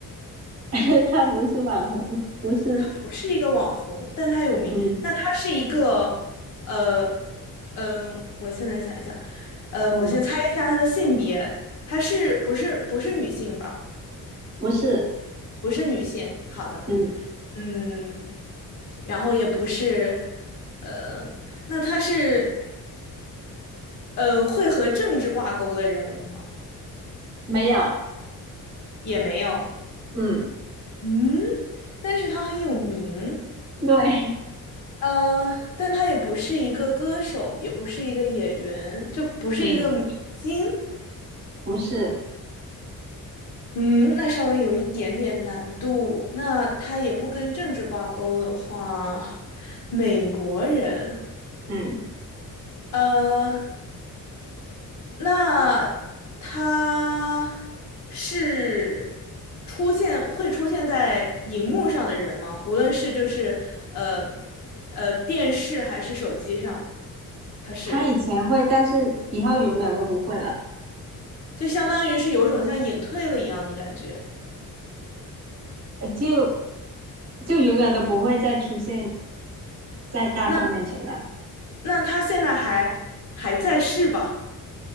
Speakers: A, on the right; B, on the left.
A: <laughs> 他不是网红，不是，
B: 他不是一个网红，但他有名。
A: 嗯
B: 那他是一个呃嗯、呃我现在想一想，呃，
A: 嗯，
B: 我先猜一下他的性别，他是不是不是女性吧？
A: 不是，
B: 不是女性。好的，
A: 嗯，
B: 嗯，然后也不是，呃，那他是。呃，会和政治挂钩的人物吗？
A: 没有，
B: 也没有。
A: 嗯，
B: 嗯，但是他很有名。
A: 对，
B: 呃，但他也不是一个歌手，也不是一个演员，就不是一个明星。
A: 嗯，不是，
B: 嗯，那稍微有一点点难度。那他也不跟政治挂钩的话，美国人。
A: 嗯，
B: 呃。那他是出现会出现在荧幕上的人吗？无论是就是呃呃电视还是手机上，他是
A: 他以前会，但是以后永远都不会了，
B: 就相当于是有种像隐退了一样的感觉。
A: 呃就就永远都不会再出现在大众面前了，
B: 那那他现在还还在世吧？